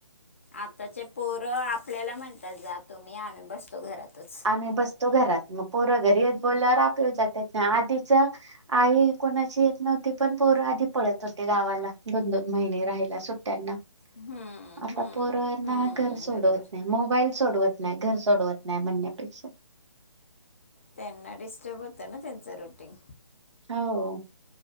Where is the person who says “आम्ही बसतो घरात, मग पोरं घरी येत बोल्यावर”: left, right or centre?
Right